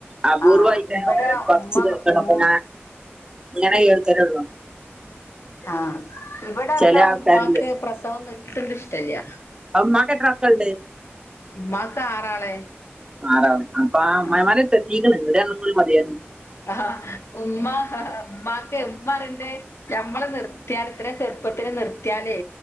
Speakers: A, on the right; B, on the left.
A: അപൂർവ്വമായിട്ടെ
B: ആഹ് ഇവിടെ
A: ഓര് കുറച്ച്
B: ഉമ്മ
A: കേൾക്കള്ളു
B: ഉമ്മ
A: അപ്പൊ ഞാൻ ഇങ്ങനെ കേൾക്കരുള്ളൂ
B: ആഹ് ഇവിടണ്ടാവും
A: ചില ആൾക്കാരില്
B: ഉമ്മാക്ക് പ്രസവം നിർത്തണ്ത് ഇഷ്ടില്ല
A: അപ്പം ഉമ്മാക്ക് എത്ര മക്കൾണ്ട്
B: ഉമ്മാക്ക് ആറാളെ
A: ആറാള് അപ്പാ അമ്മായിമാരെടത്ത്എത്തീക്കണ്
B: ആഹ്
A: ഇവിടെ <inaudible> എണ്ണം മതിയാരുന്നു
B: ആഹ് ഉമ്മാ ഉമ്മാക്ക് ഉമ്മറിന്റെ നമ്മള് നിർത്തിയാല് ഇത്രയും ചെറുപ്പത്തിലെ നിർത്തിയാലേ